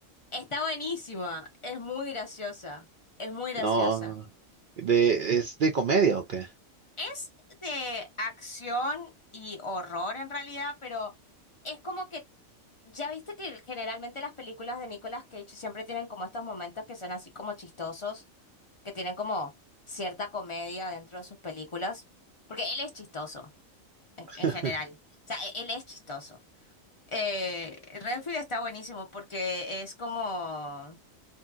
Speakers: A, on the left; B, on the right.
A: Está buenísima, es muy graciosa, es muy graciosa.
B: No, de, ¿es de comedia o qué?
A: Es de acción y horror en realidad, pero es como que, ya viste que generalmente las películas de Nicolas Cage siempre tienen como estos momentos que son así como chistosos, que tienen como cierta comedia dentro de sus películas, porque él es chistoso en,
B: <laughs>
A: en general, o sea, e- él es chistoso. Eh, Renfield está buenísimo porque es como,